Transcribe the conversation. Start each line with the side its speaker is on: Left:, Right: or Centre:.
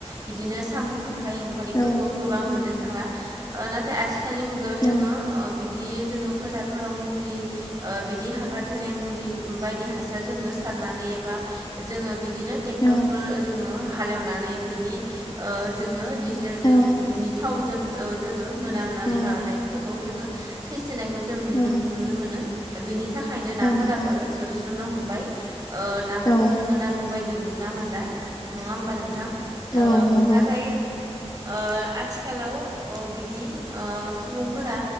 Right: बिदिनो साम' खांख्राइ एंखरिफोरखौ
Left: औ
Right: गोबां मोननो थांला नाथाय आथिखाल मुगायाव जोङो
Left: औ
Right: बिदि जोङो फोथारफोराव मुलि बिदि ओ हाग्रा थैनाय मुलि बायदि हास फा जोङो सारनानै एबा जोङो बिदिनो थेखथोरजोङो
Left: औ
Right: हालेवनानै बिनि ओ जोङो जेलजों
Left: औ
Right: बिनि थावजों जोङो मोननानै
Left: औ
Right: माबानायफोरखौ जोङो थैनायखौ जों
Left: औ
Right: नुनो मोनो थाखायनो नाफोराबो
Left: औ नंगौ
Right: जोबस्रुनो हमबाय नाफोरखौ
Left: औ
Right: जोङो नांगौ बायदि गुरना मोनला नङा होमबा नोंथां ओ
Left: औ नंगौ
Right: नाथाय ओ आथिखालाव अ बिदि ओ सुबुंफोरा